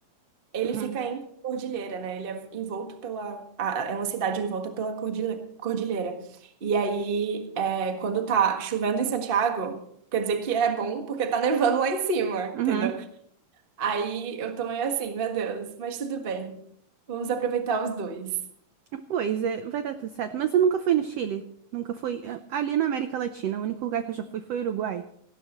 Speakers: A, on the right (about 45°); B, on the right (about 80°).
A: Ele
B: uhum,
A: fica em cordilheira, né? Ele é envolto pela. a- É uma cidade envolta pela cordile- cordilheira. E aí, é, quando tá chovendo em Santiago, quer dizer que é bom porque tá nevando lá em cima,
B: uhum.
A: entendeu? Aí eu tô meio assim, meu Deus, mas tudo bem. Vamos aproveitar os dois.
B: Pois é, vai dar tudo certo. Mas eu nunca fui no Chile. Nunca fui. eh, Ali na América Latina, o único lugar que eu já fui foi o Uruguai.